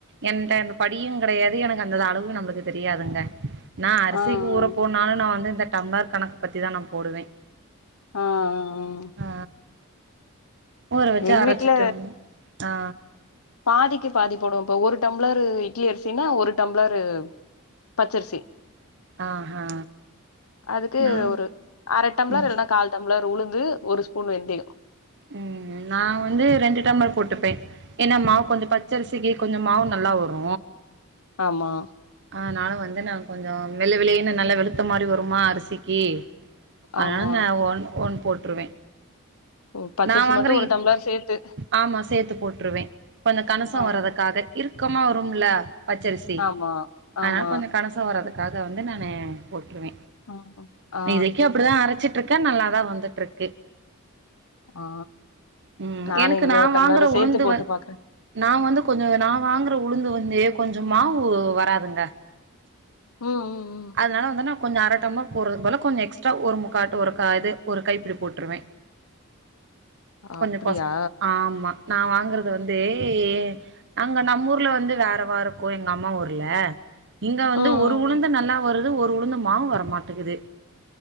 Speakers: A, on the right (about 55°); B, on the left (about 85°).
A: என்ட அந்த படியு கெடையாது எனக்கு அந்த அளவு நம்மளுக்கு தெரியாதுங்க நா அரிசிக்கு
B: ஆ
A: ஊற
B: ஆ
A: போனாலு நா வந்து இந்த டம்ளர் கணக்கு பத்தி தா நா போடுவே
B: ஆ அ அ
A: ஆ ஊற வச்சு
B: எங்க
A: அரச்சிட்டு
B: வீட்ல
A: ஆ
B: பாதிக்கு பாதி போடுவ இப்ப ஒரு டம்ளரு இட்லி அரிசினா ஒரு டம்ளரு பச்சரிசி
A: ஆஹா
B: அதுக்கு
A: நா
B: ஒரு அர டம்ளா
A: ம்
B: இல்லன்னா கால் டம் ளர் உளுந்து ஒரு ஸ்பூன் வெந்தய
A: ம் நா வந்து ரெண்டு டம்ளர் போட்டுப்பே ஏன்ன மாவு கொஞ்ச பச்சரிசிக்கு கொஞ்ச மாவு நல்லா வரு
B: ஆமா
A: ஆனாலு வந்து நா கொஞ்சோ வெள்ளோ வெள்ளேன்னு நல்லா வெளுத்த மாரி வருமா அரிசிக்கு அதனால
B: ஆமா
A: நா ஒன் ஒன் போட்ருவே
B: ம், பச்சரிசி
A: நா வாங்குற
B: மட்டு ஒரு
A: இட்
B: டம்ளர் சேத்து
A: ஆமா சேத்து போட்டுருவே கொஞ்சோ கணசோ
B: ஆ
A: வரதுக்காக இருக்கமா வரும்ல பச்சரிசி
B: ஆமா ஆமா
A: ஆனால கொஞ்சோ கனசோ வரதுக் காக வந்து நான்னு போட்டுருவ
B: ஆமா. ஆ ஆ
A: இது வரைக்கும் அப்டிதா அரச்சிட்டு ருக்கு நல்லா தா வந்துட்டு இருக்கு
B: ஆ
A: ம்
B: நானு
A: எனக்கு
B: இனிமே
A: நா
B: ஒரு டம்ளரு
A: வாங்குற
B: சேத்து
A: உளுந்து
B: போட்டு
A: வந்
B: பாக்குற
A: நா வந்து கொஞ்ச நா வாங்குற உளுந்து வந்து கொஞ்ச மாவு வராதுங்க
B: ம்ம்
A: அதனால வந்து நா கொஞ்ச அற டம்ள போடுர பதிலா கொஞ்ச எக்ஸ்ட்ரா ஒரு முக்காட்டு ஒரு கா இது ஒரு கைப்பிடி போட்டுருவ கொஞ்ச
B: அப்டியா
A: பச ஆமா நா வாங்கறது வந்து ஏ அங்க நம்ம ஊர்ல வந்து வேறவா இருக்கும் எங்க அம்மா ஊர்ல இங்க வந்து
B: ம்
A: ஒரு
B: ம்
A: உளுந்து
B: ம்.
A: நல்லா வருது ஒரு உளுந்து மாவ் வரமாட்டக்குது